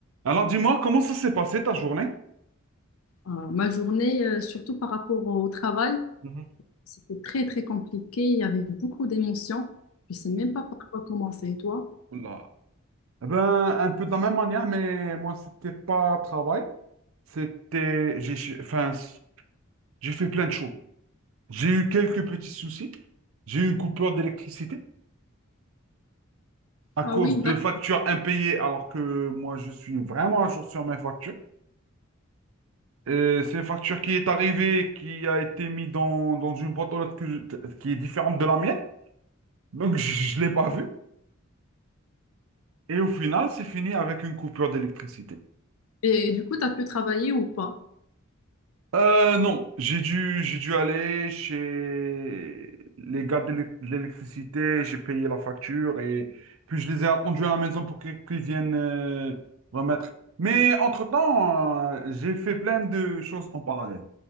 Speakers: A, on the right; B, on the left.
A: Alors dis-moi, comment ça s'est passé ta journée?
B: Euh, ma journée, euh, surtout par rapport au travail,
A: Mhm.
B: c'était très, très compliqué. Il y avait beaucoup d'émotions. Je sais même pas par quoi commencer. Et toi?
A: Oula. Eh Ben, un peu de la même manière, mais moi, c'était pas travail. C'était. J'ai j'ai- enfin, j'ai fait plein de choses. J'ai eu quelques petits soucis. J'ai eu une coupure d'électricité à
B: Ah
A: cause
B: oui, d'accord.
A: de factures impayées, alors que moi, je suis vraiment à jour sur mes factures. Et c'est une facture qui est arrivée, qui a été mise dans, dans une boîte aux lettres que je- qui est différente de la mienne. Donc, <laughs> je ne l'ai pas vue. Et au final, c'est fini avec une coupure d'électricité.
B: Et du coup, tu as pu travailler ou pas?
A: Euh, non, j'ai dû, j'ai dû aller chez les gars de l'é- de l'électricité, j'ai payé la facture et puis je les ai attendus à la maison pour qu'ils qu'ils viennent euh, remettre. Mais entre-temps, euh, j'ai fait plein de choses en parallèle.